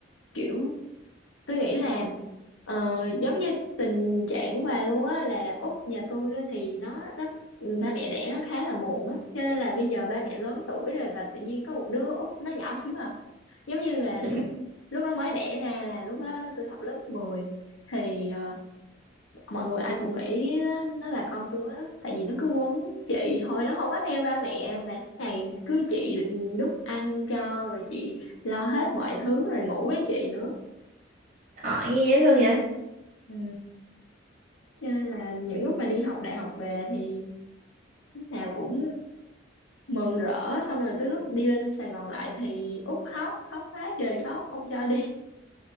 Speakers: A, on the left (about 80°); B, on the right (about 40°).
A: kiểu tôi nghĩ là ờ, giống như tình trạng của bà luôn á là út nhà tôi á thì nó nó ba mẹ đẻ nó khá là muộn á cho nên là bây giờ ba mẹ lớn tuổi rồi và tự nhiên có một đứa út nó nhỏ xíu à. giống như là
B: <laughs>
A: lúc lúc nó mới đẻ ra là lúc đó tôi học lớp 10 thì ờ, mọi người ai cũng nghĩ nó, nó là con tôi á tại vì nó cứ quấn chị thôi nó không có theo ba mẹ mà suốt ngày cứ chị đút ăn cho rồi chị lo hết mọi thứ rồi ngủ với chị nữa
B: ờ nghe dễ thương vậy.
A: ừ. cho nên là những lúc mà đi học đại học về thì lúc nào cũng mừng rỡ xong rồi tới lúc đi lên Sài Gòn lại thì út khóc khóc quá trời khóc không cho